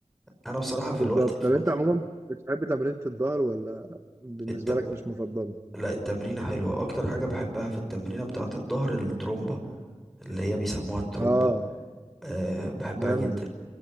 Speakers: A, in the centre; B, on the right.
A: انا بصراحة في
B: بالظبط
A: الوقت الفاضي
B: طب انت عموما بتحب تمرينة الظهر ولا بالنسبه
A: التم...
B: لك مش مفضله
A: لا التمرينة حلوة اكتر حاجة بحبها في التمرينة بتاعة الظهر الترومبة اللي هي بيسموها الترومبة
B: اه
A: أه بحبها
B: جامده
A: جدا